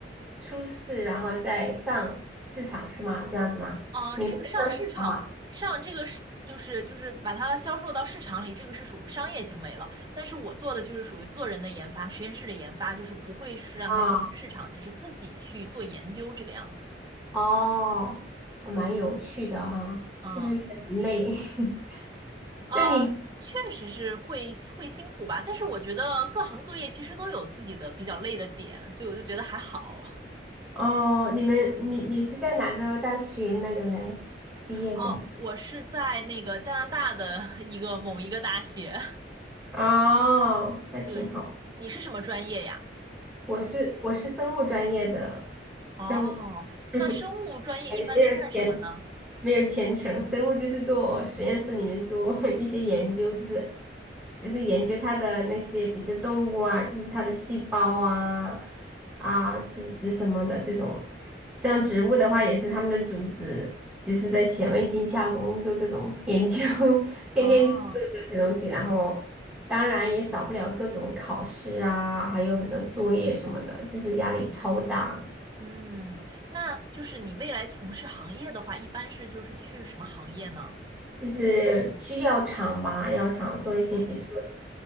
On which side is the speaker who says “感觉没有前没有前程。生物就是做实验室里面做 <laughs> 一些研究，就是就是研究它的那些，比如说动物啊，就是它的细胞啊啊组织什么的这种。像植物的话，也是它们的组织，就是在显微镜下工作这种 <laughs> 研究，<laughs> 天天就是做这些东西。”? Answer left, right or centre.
Centre